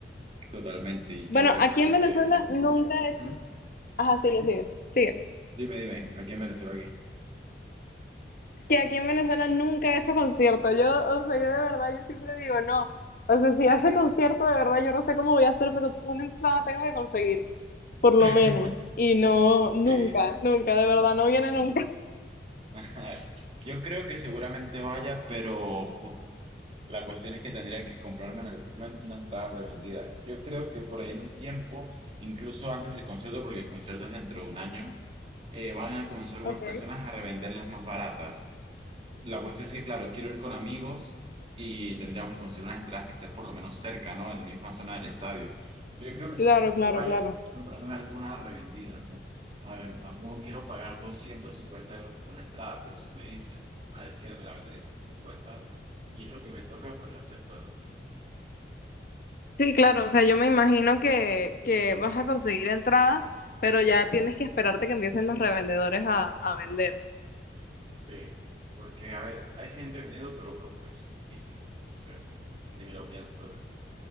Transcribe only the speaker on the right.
totalmente, y
que a pesar
de
que,
ujú.
Dime, dime, aquí en Venezuela, aquí.
<laughs>
Sí.
<laughs> Ajá. Yo creo que seguramente vaya, pero uf, la cuestión es que tendría que comprarme en algún momento una entrada revendida. Yo creo que por ahí en un tiempo, incluso antes del concierto, porque el concierto es dentro de un año, eh, van a comenzar
algunas
personas a revender las más baratas. La cuestión es que, claro, quiero ir con amigos y tendríamos que conseguir unas entradas que estén por lo menos cerca, ¿no? En la misma zona del estadio. Yo creo que
seguramente
vaya
comprándome alguna revendida, ¿no? A ver, tampoco quiero pagar 250 euros por una entrada, pero si me dicen, a decir, me la venden en 150 y es lo que me toca, pues lo acepto, ¿no?
Sí, porque, a ver, hay gente vendiendo, pero con precios, lo que Entonces, ni me lo pienso.